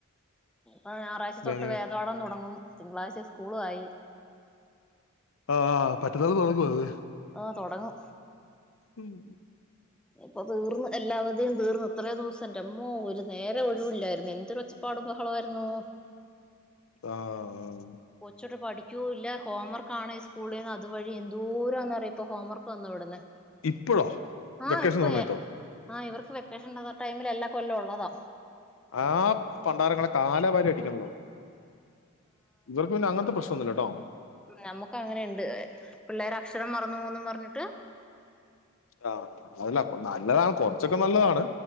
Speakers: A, in the centre; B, on the left (about 65°).
A: ഞായറാഴ്ച തൊട്ട്
B: ഭയങ്കര
A: വേദവാടാൻ തുടങ്ങും തിങ്കളാഴ്ച സ്കൂള് ആയി
B: അഹ് ആഹ് പറ്റത്താൾ തുടങ്ങുവ അത്
A: ആഹ് തുടങ്ങും
B: ഉം
A: ഇപ്പൊ തീർന്ന് എല്ലാവധേയും തീർന്ന് ഇത്രേ ദിവസം ന്റമ്മോ ഒരു നേരെ ഒഴിവില്ലായിരുന്നു എന്തൊരുച്ച പാടും ബഹളമായിരുന്നു
B: ആഹ് ആഹ്
A: കൊച്ചോട്ട് പഠിക്കൂ ഇല്ല ഹോംവർക്ക ആണ് ഈ സ്കൂളി നിന്ന് അതുവഴി എന്തൂരംന്നറിയ ഇപ്പ ഹോംവർക്ക് വന്നു വിടുന്ന
B: ഇപ്പോഴോ
A: ആഹ്
B: വെക്കേഷൻ
A: ഇപ്പ
B: സമയത്തോ
A: ആഹ് ഇവർക്ക് വെക്കേഷൻ ഉണ്ട ടൈമിൽ എല്ലാ കൊല്ലം ഉള്ളതാ
B: ആഹ് പണ്ടാരങ്ങളെ കാലവാരി അടിക്കണതോ ഇവർക്ക് പിന്നെ അങ്ങനത്തെ പ്രശ്നം ഒന്നുല്ല ട്ടോ
A: ഞമ്മക്ക് അങ്ങനെണ്ട് പിള്ളേര് അക്ഷരം മറന്നു പോവും ന്ന് പറഞ്ഞിട്ട്
B: ആഹ് അതല്ല നല്ലതാണ് കൊറച്ചൊക്കെ നല്ലതാണ്